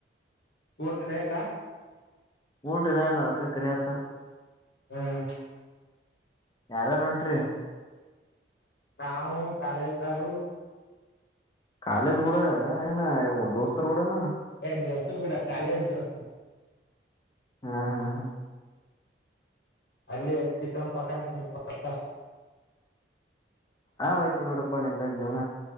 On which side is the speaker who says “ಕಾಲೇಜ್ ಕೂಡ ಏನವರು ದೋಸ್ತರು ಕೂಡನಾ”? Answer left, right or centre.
Left